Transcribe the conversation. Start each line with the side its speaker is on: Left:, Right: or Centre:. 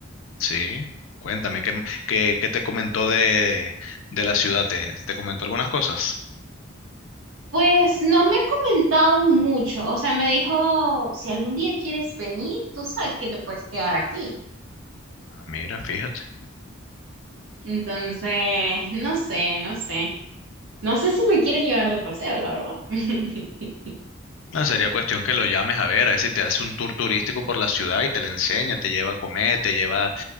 Left: Sí, cuéntame, ¿qué, qué, qué te comentó de, de la ciudad? ¿Te, te comentó algunas cosas?
Right: Pues no me ha comentado mucho. O sea, me dijo, si algún día quieres venir, tú sabes que te puedes quedar aquí.
Left: Ah, mira, fíjate.
Right: Entonces, no sé, no sé. No sé si me quiere llevar de paseo, la verdad. <laughs>
Left: No, sería cuestión que lo llames a ver, a ver si te hace un tour turístico por la ciudad y te le enseña, te lleva a comer, te lleva a